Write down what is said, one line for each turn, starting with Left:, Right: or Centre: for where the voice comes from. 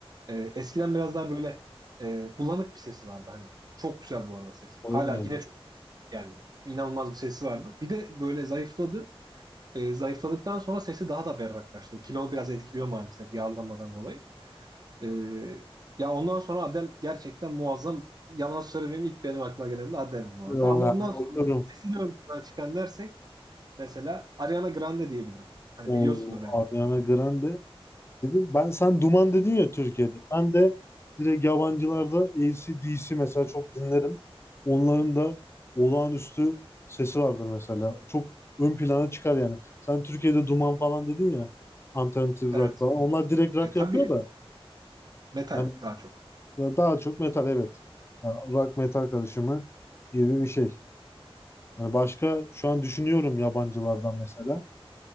Right: E, eskiden biraz daha böyle e, bulanık bir sesi vardı. Hani çok güzel bu arada ses.
Left: yani.
Right: Hala yine çok yani inanılmaz bir sesi vardı. Bir de böyle zayıfladı. E, zayıfladıktan sonra sesi daha da berraklaştı. Kilo biraz etkiliyor maalesef yağlanmadan dolayı. E, ya ondan sonra Adele gerçekten muazzam. Yalan söylemeyeyim ilk benim aklıma gelen de Adele'di bu
Left: O,
Right: arada. Ama ondan sonra
Left: yani,
Right: sesiyle ön plana çıkan dersek mesela Ariana Grande diyebilirim. Hani
Left: o
Right: biliyorsundur belki.
Left: Ariana Grande dedim. Ben sen Duman dedin ya Türkiye'de. Ben de direkt yabancılarda AC/DC mesela çok dinlerim. Onların da olağanüstü sesi vardır mesela. Çok ön plana çıkar yani. Sen Türkiye'de Duman falan dedin ya. Alternatif
Right: Evet.
Left: rock falan. Onlar direkt rock
Right: E, tabii
Left: yapıyor da.
Right: metal
Left: Yani
Right: daha çok.
Left: Daha çok metal evet. Yani rock metal karışımı gibi bir şey. Yani başka şu an düşünüyorum yabancılardan mesela.